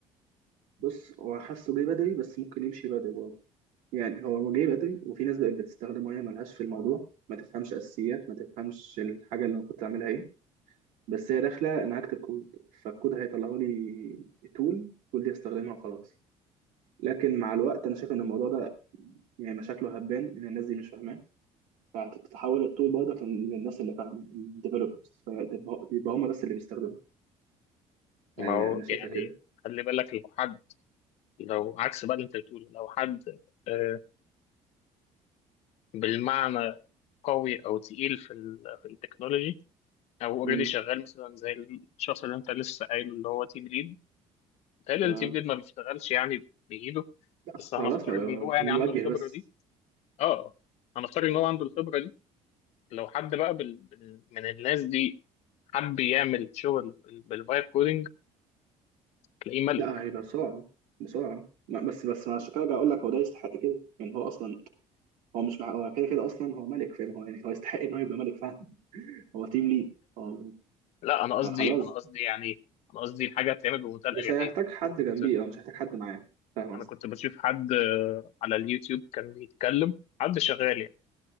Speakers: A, on the right; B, on the left.
A: بص هو حاسه جه بدري بس ممكن يمشي بدري برضه يعني هو هو جه بدري وفي ناس بقت بتستخدمه هي ملهاش في الموضوع ما تفهمش اساسيات ما تفهمش الحاجه اللي المفروض تعملها ايه بس هي داخله انا هكتب كود فالكود هيطلعه لي تول التول دي استخدمها وخلاص لكن مع الوقت انا شايف ان الموضوع ده يعني مشاكله هتبان ان الناس دي مش فاهمه فهتتحول الطول برضك لل- للناس اللي فاهمه الديفلوبرز فيبقى هم بس اللي بيستخدموا
B: ما
A: يعني
B: هو
A: انا شايفها
B: يعني
A: كده
B: خلي بالك لو حد لو عكس بقى اللي انت بتقوله لو حد آه، بالمعنى قوي او تقيل في ال في التكنولوجي او اوريدي
A: امم
B: شغال مثلا زي الشخص اللي انت لسه قايله اللي هو تيم ليد بيتهيألي
A: تمام
B: التيم ليد ما بيشتغلش يعني بايده
A: لا
B: بس هنفترض
A: خلاص ما بقى-
B: ان هو يعني
A: بيوجه
B: عنده الخبره
A: بس
B: دي اه هنفترض ان هو عنده الخبره دي لو حد بقى بال... بال- من الناس دي حب يعمل شغل بال- بالفايب كودينج تلاقيه ملك
A: لا هيبقى بسرعه بسرعه لا بس بس انا عشان كده جاي اقول لك هو ده يستحق كده يعني هو اصلا هو مش مع هو كده كده اصلا هو ملك فاهم هو يعني هو يستحق ان هو يبقى ملك فاهم هو تيم ليد هو
B: لا انا قصدي
A: فخلاص
B: انا قصدي يعني انا قصدي الحاجه هتتعمل بمنتهى الاريحيه
A: مش هيحتاج حد
B: كنت
A: جنبيه اه مش هيحتاج حد معاه فاهم
B: انا
A: قصدي
B: كنت بشوف حد آه، على اليوتيوب كان بيتكلم حد شغال يعني